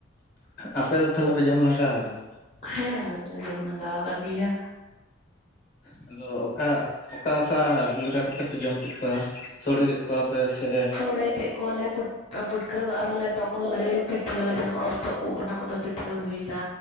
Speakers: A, on the left; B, on the left.
A: ᱟᱯᱮ ᱫᱚ ᱛᱟᱦᱚᱞᱮ ᱯᱮ ᱡᱚᱢ ᱞᱟᱸᱜᱟ ᱟᱠᱟᱱᱟ
B: ᱦᱮᱸ ᱟᱞᱮ ᱫᱚᱞᱮ ᱡᱚᱢ ᱞᱟᱸᱜᱟᱣ ᱠᱟᱱ ᱜᱤᱭᱟ᱾
A: ᱦᱮᱸ ᱟᱫᱚ ᱚᱠᱟ ᱚᱠᱟ ᱚᱠᱟ ᱞᱮᱠᱟ ᱠᱟᱛᱮ ᱯᱮ ᱡᱚᱢ ᱠᱮᱜ ᱠᱚᱣᱟ? ᱥᱳᱲᱮ ᱠᱮᱜ ᱠᱚᱣᱟ ᱯᱮ ᱥᱮ
B: ᱥᱚᱲᱮ ᱠᱮᱫ ᱠᱚᱣᱟᱞᱮ ᱯᱷᱩ ᱠᱟ ᱯᱩᱴᱠᱟᱹ ᱫᱚ ᱟᱨᱚ ᱞᱮᱴᱚ ᱠᱚ ᱞᱟᱹᱭ ᱯᱤᱴᱷᱟᱹ ᱡᱟᱦᱟᱸ ᱚᱨᱛᱚ ᱩᱫᱽ ᱚᱱᱟ ᱠᱚᱫᱚ ᱯᱤᱴᱷᱟᱹ ᱦᱩᱭᱱᱟ᱾